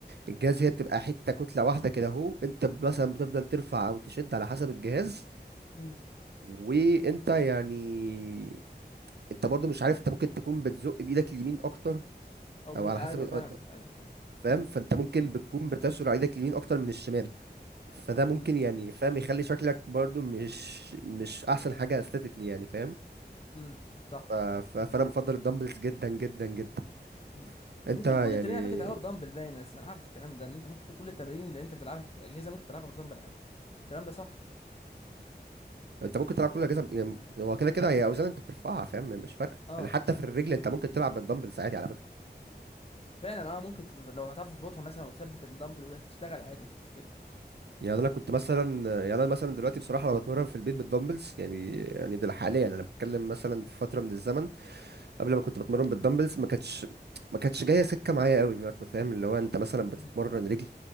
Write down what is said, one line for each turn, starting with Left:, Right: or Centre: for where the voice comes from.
Right: الجهاز هي بتبقى حتة كتلة واحدة كده اهو انت مثلا بتفضل ترفع او تشد على حسب الجهاز
Left: امم
Right: وانت يعني انت برضو مش عارف انت ممكن تكون بتزق بايدك اليمين اكتر
Left: او م...
Right: او
Left: ايوه
Right: على حسب
Left: فاهم ايوه ايوه
Right: فاهم فانت ممكن
Left: امم
Right: بتكون بتشعر ايدك اليمين اكتر من الشمال فده ممكن
Left: امم
Right: يعني فاهم يخلي شكلك برضو مش مش احسن حاجه استاتيكلي يعني فاهم
Left: امم صح
Right: ف... ف... فانا بفضل الدمبلز جدا جدا جدا
Left: مم. وممكن
Right: انت يعني
Left: كل التمارين على فكره تلعبها بدمبل باين بس انا عارف الكلام ده ان انت ممكن كل التمارين اللي انت بتلعبها في الاجهزه ممكن تلعبها بدمبل عادي الكلام ده صح
Right: انت ممكن تلعب كل الاجهزه يعني هو كده كده هي اوزان انت بترفعها فاهم مش فارقه
Left: اه
Right: يعني حتى في الرجل انت ممكن تلعب بالدمبلز عادي على فكره
Left: فعلا اه ممكن تتز... لو هتعرف تظبطها مثلا وتثبت الدمبل وهتشتغل عادي مش مشكله
Right: يعني انا كنت مثلا يعني انا مثلا دلوقتي بصراحه انا بتمرن في البيت بالدمبلز يعني يعني ده حاليا انا بتكلم مثلا في فتره من الزمن قبل ما كنت بتمرن بالدمبلز ما كانتش ما كانتش جايه سكه معايا قوي برضه فاهم اللي هو انت مثلا بتتمرن
Left: مم.
Right: رجل